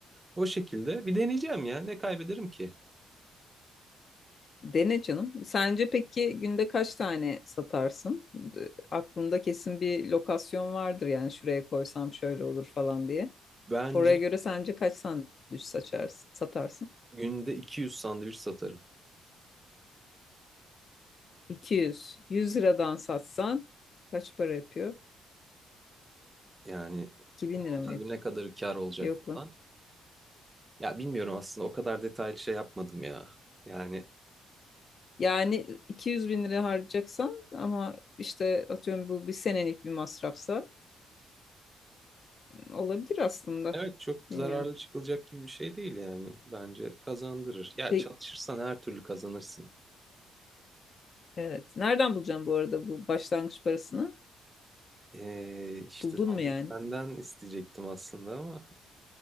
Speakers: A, on the right; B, on the left.
A: O şekilde bir deneyeceğim ya. Ne kaybederim ki?
B: Dene canım. Sence peki günde kaç tane satarsın? D- Aklında kesin bir lokasyon vardır yani şuraya koysam şöyle olur falan diye.
A: Bence
B: Oraya göre sence kaç sandviç saçarsın, satarsın?
A: günde 200 sandviç satarım.
B: 200. 100 liradan satsan kaç para yapıyor?
A: Yani
B: 2000 lira mı
A: tabii
B: yapıyor?
A: ne kadar kar olacak
B: Yok lan.
A: falan. Ya bilmiyorum aslında o kadar detaylı şey yapmadım ya. Yani
B: Yani 200 bin lira harcayacaksan ama işte atıyorum bu bir senelik bir masrafsa olabilir aslında.
A: evet çok zararlı
B: Bilmiyorum.
A: çıkılacak gibi bir şey değil yani. Bence kazandırır. Ya
B: Peki,
A: çalışırsan her türlü kazanırsın.
B: evet. Nereden bulacağım bu arada bu başlangıç parasını?
A: Ee, işte
B: Buldun
A: onu
B: mu yani?
A: senden
B: <laughs>
A: isteyecektim aslında ama